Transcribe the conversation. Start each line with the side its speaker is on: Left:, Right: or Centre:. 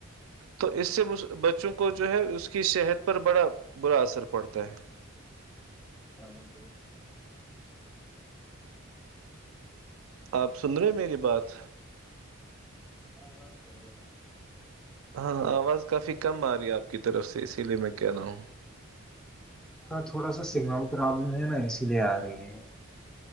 Right: تو اس سے بچوں کو جو ہے اس کی صحت پر بڑا اثر پڑتا ہے
Centre: ہ نام پچ پ
Right: آپ سن رہے میری بات
Centre: ہاں ہاں سو رہے ہاں
Right: ہاں آواز کافی کم آ رہی ہے آپ کی طرف سے اسی لیے میں کہ رہ ہوں
Centre: ہاں تھوڑا سا سگنل پرابلم ہے نا اسی لیے آ رہی ہے